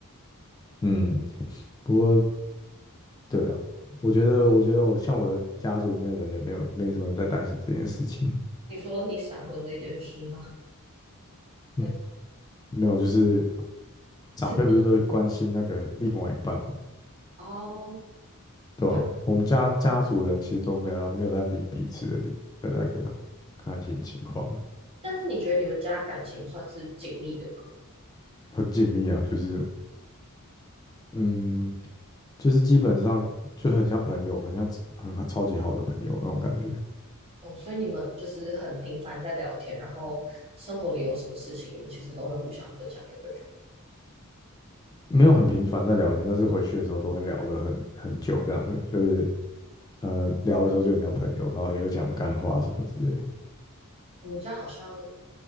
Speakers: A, on the left; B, on the right.
A: <laughs> 嗯，不过对啊，我觉得，我觉得我像我的家族里面的人也没有没什么人在担心这件事情。
B: 你说你闪婚这件事吗？
A: 嗯，
B: 还是
A: 没有，就是长辈不是都会关心那个另外一半嘛，
B: 还是哦，
A: 对吧、
B: 对，
A: 我们家家族人其实都没有没有在理彼此的的那个感情情况，
B: 但是你觉得你们家感情算是紧密的吗？
A: 很紧密啊，就是嗯，就是基本上就是很像朋友，很像很超级好的朋友那种感觉。
B: 哦，所以你们就是很频繁在聊天，然后生活里有什么事情，你们其实都会互相分享给对方。
A: 没有很频繁在聊天，但是回去的时候都会聊得很很久这样子，就是嗯，聊的时候就很像朋友，然后也会讲干话什么之类的
B: 我们家好像